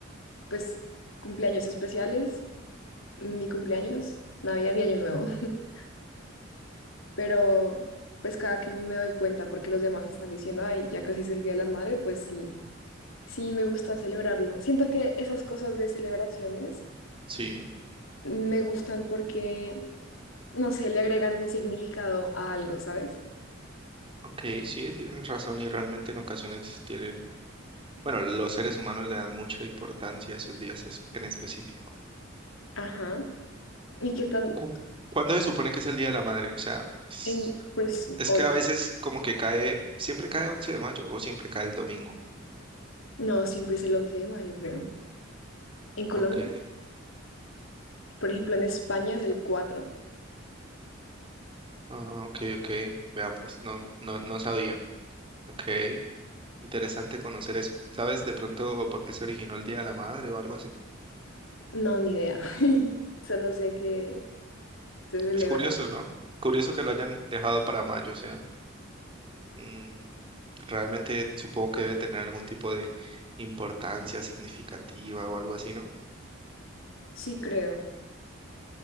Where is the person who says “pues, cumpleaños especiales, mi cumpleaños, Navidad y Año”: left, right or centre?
Left